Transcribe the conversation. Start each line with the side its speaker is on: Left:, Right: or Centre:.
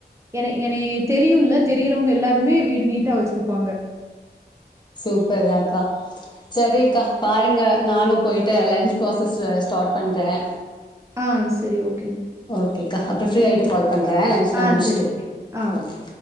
Right: என என தெரியும்ல தெரியறவங்க எல்லார ருமே வீடு நீட்டா வச்சிருப்பாங்க
Left: சூப்பர் தான்க்கா சரிக்கா பாருங்க நானும் போயிட்டு லன்ச் ப்ராசஸ் ஸ்டார்ட் பண்றேன்
Right: ஆ சரி, ஓகே.
Left: ஓகேக்கா அப்புறம் ஃப்ரீ ஆய்ட்டு
Right: ம்.
Left: கால் பண்றன் லஞ்ச்லா
Right: ஆ
Left: முடிச்சுட்டு
Right: சரி, ஓகே. ஆ
Left: ஓகே